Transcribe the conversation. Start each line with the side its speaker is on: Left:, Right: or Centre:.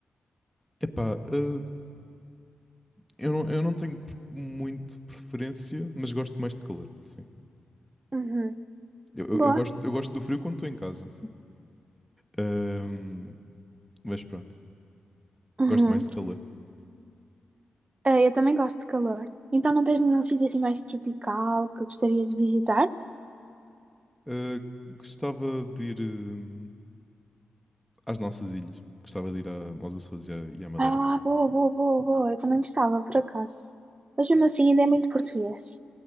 Centre: Epá, eh, eu não, eu não tenho pre- muito preferência, mas gosto mais de calor, sim.
Right: Uhum.
Centre: Eu, eu-
Right: Boa.
Centre: eu gosto, eu gosto do frio quando estou em casa. Ahm, mas pronto,
Right: Uhum.
Centre: gosto mais de calor.
Right: Ah, eu também gosto de calor. Então não tens nenhum sítio assim mais tropical que gostarias de visitar?
Centre: Ah, gostava de ir hum, às nossas ilhas. Gostava de ir a, aos Açores e à, e à Madeira.
Right: Ah, boa, boa, boa, boa. Eu também gostava, por acaso. Mas mesmo assim ainda é muito português.